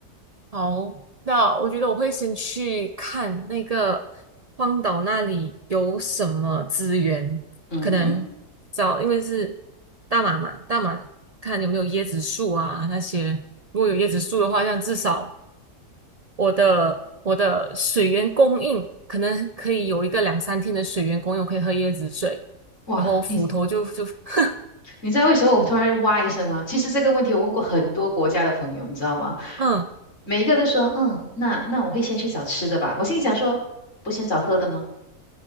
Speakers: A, on the right; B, on the left.
A: 好，那我觉得我会先去看那个荒岛那里有什么资源，
B: 嗯哼，
A: 可能找，因为是大马嘛，大马看有没有椰子树啊那些。如果有椰子树的话，这样至少。我的我的水源供应可能可以有一个两三天的水源供应，我可以喝椰子水，
B: 哇，
A: 然后斧头就就
B: 你
A: <laughs>
B: 你知道为什么我突然哇一声吗？其实这个问题我问过很多国家的朋友，你知道吗？
A: 嗯，
B: 每一个都说，嗯，那那我会先去找吃的吧。我心里想说，不先找喝的吗？